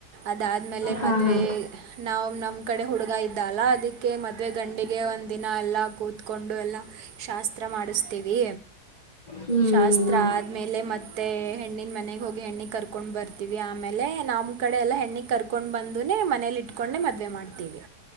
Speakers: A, on the right; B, on the left.
A: ಅದಾದ್ಮೇಲೆ
B: ಹಾ
A: ಮದುವೆ
B: ಹಾ
A: ನಾವು ನಮ್ಮ ಕಡೆ ಹುಡುಗ ಇದ್ ದಲ್ಲ ಅದಿಕ್ಕೆ ಮದುವೆ ಗಂಡಿಗೆ ಒಂದಿನ ಎಲ್ಲ ಕೂತ್ಕೊಂಡು ಎಲ್ಲ ಶಾಸ್ತ್ರ ಮಾಡಿಸ್ತೇವಿ
B: ಹ್ಮ್
A: ಶಾಸ್ ಹತ್ರ ಆದ್ಮೇಲೆ ಮತ್ತೆ ಹೆಣ್ಣಿನ್ ಮನೆಗೆ ಹೋಗಿ ಹೆಣ್ಣಿಗ್ ಕರ್ಕೊಂಡು ಬರ್ತೀವಿ ಆಮೇಲೆ ನಮ್ಮ ಕಡೆ ಎಲ್ಲ ಹೆಣ್ಣಿಗ್ ಕರ್ಕೊಂಡ್ ಬಂದುನೆ ಮನೇಲಿಟ್ಕೊಂಡೆ ಮದ್ವೆ ಮಾಡ್ತೀವಿ.